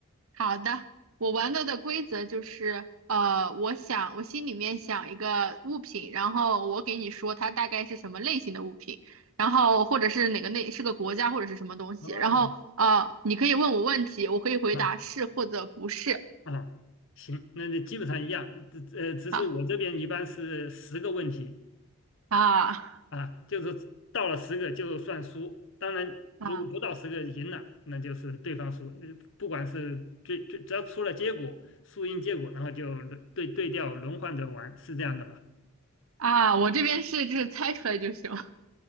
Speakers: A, on the right; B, on the left.
A: 好的。我玩到的规则就是，呃，我想我心里面想一个物品，然后我给你说它大概是什么类型的物品，然后或者是哪个类是个国家或者是什么东西，
B: 哦，
A: 然后啊，你可以问我问题，我可以回答是或者不是
B: 啊啊，行，那那基本上一样，只呃，只是我这边一般是十个问题。
A: 啊啊
B: 啊，就是到了十个就算输，当然如果不到十个赢了，
A: 啊
B: 那就是对方输，那不管是最最只要出了结果，输赢结果，然后就轮对对调轮换着玩，是这样的吧？
A: 啊，我这边是就是猜出来就行。